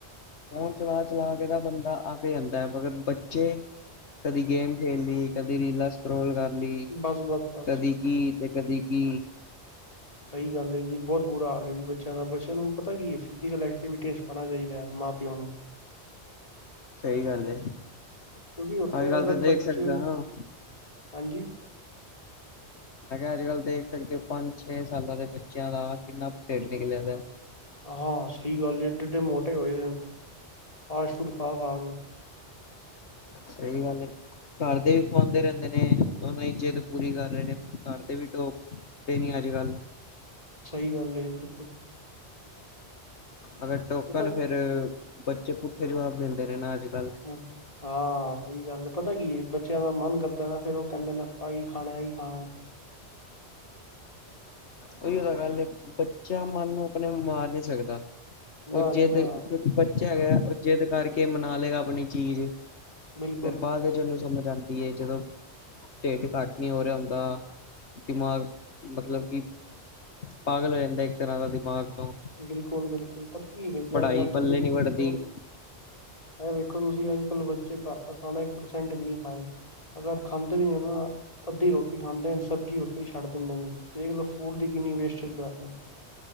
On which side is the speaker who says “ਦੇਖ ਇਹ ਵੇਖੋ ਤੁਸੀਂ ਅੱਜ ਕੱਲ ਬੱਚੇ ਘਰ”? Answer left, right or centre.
Left